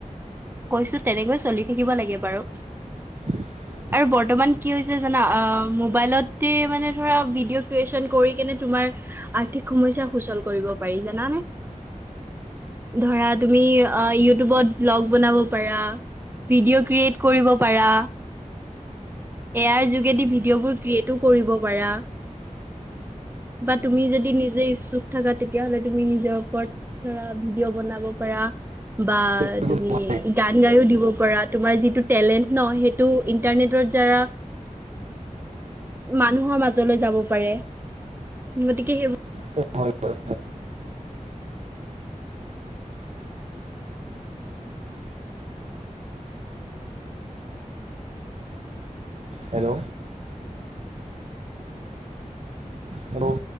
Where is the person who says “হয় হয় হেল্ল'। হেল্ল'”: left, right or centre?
Right